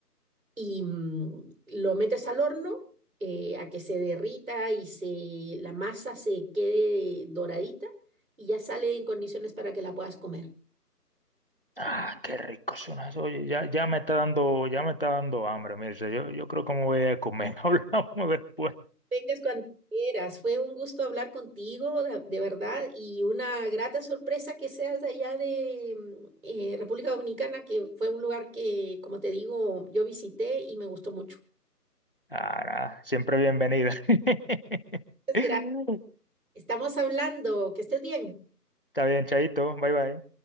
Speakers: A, on the right; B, on the left.
A: y mm, lo metes al horno eh, a que se derrita y se, la masa se quede doradita y ya sale en condiciones para que la puedas comer.
B: Ah, qué rico suena eso. Oye, ya, ya me está dando, ya me está dando hambre. Mira, o sea, yo, yo creo que me voy a comer. <laughs> Hablamos después.
A: Vengas cuando quieras. Fue un gusto hablar contigo, de, de verdad, y una grata sorpresa que seas de allá de mm, eh, República Dominicana, que fue un lugar que, como te digo, yo visité y me gustó mucho.
B: Ah, nada, siempre bienvenida. <laughs>
A: Muchas
B: Está
A: gracias. Estamos hablando. Que estés bien.
B: bien, Chaito. Bye bye.